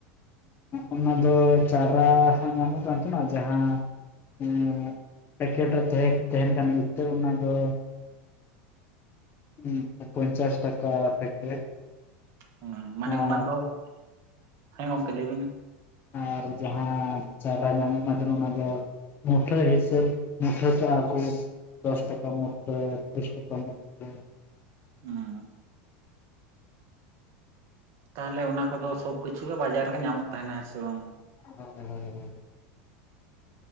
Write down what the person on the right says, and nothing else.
ᱦᱮᱸ ᱢᱟᱱᱮ
ᱚᱱᱟ ᱫᱚ <unintelligible> ᱦᱮᱸ ᱜᱚᱢᱠᱮ ᱞᱟᱹᱭ ᱵᱤᱱ?
ᱦᱩᱸ, ᱛᱟᱦᱚᱞᱮ ᱚᱱᱟ ᱠᱚᱫᱚ ᱥᱚᱵ ᱠᱤᱪᱷᱩ ᱜᱮ ᱵᱟᱡᱟᱨ ᱨᱮ ᱧᱟᱢᱚᱜ ᱛᱟᱦᱮᱱᱟ ᱦᱮᱸ ᱥᱮ ᱵᱟᱝ᱾